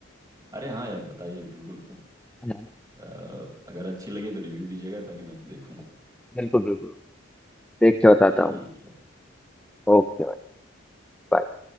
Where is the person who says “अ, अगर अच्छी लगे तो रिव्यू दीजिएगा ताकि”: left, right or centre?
Right